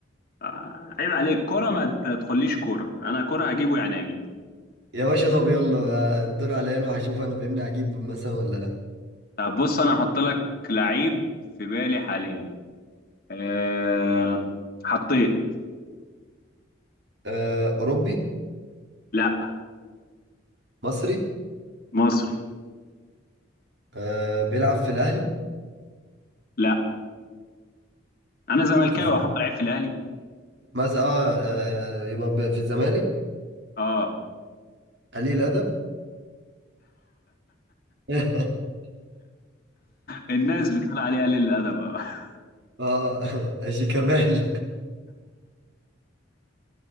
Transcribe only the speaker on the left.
آه عيب عليك كرة ما تدخليش كورة انا كرة هجيبه يعني هجيبه
طب بص انا هحط لك لعيب في بالي حاليا آه حطيت
لا
مصر
لا انا زملكاوي
احط العيب في الاهلي
اه
الناس بتقول عليه قليل الادب اه <laughs>